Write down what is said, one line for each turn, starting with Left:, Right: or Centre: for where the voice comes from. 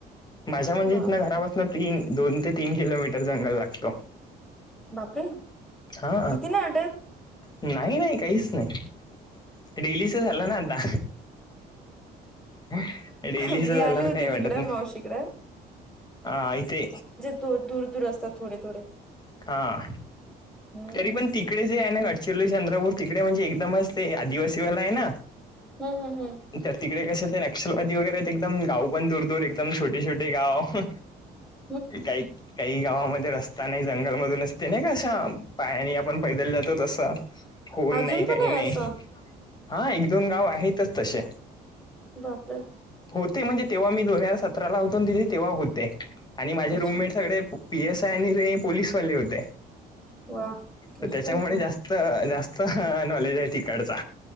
Left: माझ्या म्हणजे
Centre: बापरे
Left: इथन घरापासून तीन दोन ते तीन किलोमीटर जंगल लागतो
Centre: बापरे
Left: हा
Centre: भीती नाही वाटत
Left: नाही नाही काहीच नाही डेलीच झालं ना आता लीस
Centre: नॉर्मल मी
Left: झाला
Centre: आले
Left: तर
Centre: होते
Left: काही वाटत
Centre: तिकडे
Left: ना
Centre: मावशीकडे
Left: ह आऐते
Centre: द दूर दूर असतात थोडे थोडे
Left: हा
Centre: हम्म
Left: तरी पण तिकडे जे आहे ना गडचिरोली चंद्रपूर तिकडे म्हणजे एकदमच ते आदिवासीवाला आहे ना
Centre: हम् हम् हम
Left: तर तिकडे कसें ते नक्षलवादी वगैरे एकदम गाव पण दूर दूर एकदम छोटे छोटे गाव
Centre: <inaudible>
Left: काही काही गावामध्ये रस्ता नाही जंगलमधून असते नाही कशा पायानी आपण पैदल जातो तसा होऊन
Centre: अजून
Left: नाही
Centre: पण
Left: काही
Centre: आहे
Left: नाही
Centre: असं
Left: हा एक दोन गाव आहेतच तसे
Centre: बापर
Left: होते म्हणजे तेव्हा मी दोन हजार सतराला उतून दिले तेव्हा होते आणि माझे
Centre: अच्छा
Left: रूममेट सगळे पी एस आय आणि ते पोलीसवाले होते
Centre: वा मस्त
Left: तर त्याच्यामुळे
Centre: होत
Left: जास्त जास्त नॉलेज आहे तिकडचा